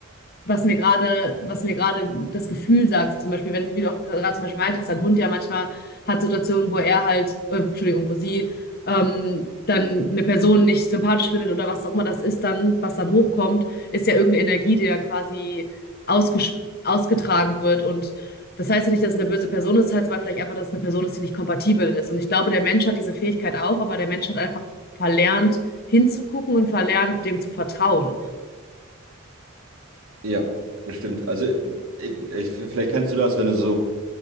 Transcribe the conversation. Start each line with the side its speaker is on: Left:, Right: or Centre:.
Left: was mir gerade, was mir gerade das Gefühl sagt. So zum Beispiel, wenn, wie du auch gerade zum Beispiel meintest, dein Hund ja manchmal hat Situationen, wo er halt, äh, Entschuldigung, wo sie ähm, dann eine Person nicht sympathisch findet oder was auch immer das ist, dann, was dann hochkommt, ist ja irgendeine Energie, die dann quasi ausges ausgetragen wird. Und das heißt ja nicht, dass es eine böse Person ist, das heißt aber vielleicht einfach, dass es eine Person ist, die nicht kompatibel ist. Und ich glaube, der Mensch hat diese Fähigkeit auch, aber der Mensch hat einfach verlernt, hinzugucken und verlernt, dem zu vertrauen.
Right: Ja, das stimmt. Also ich, ich, vielleicht kennst du das, wenn du so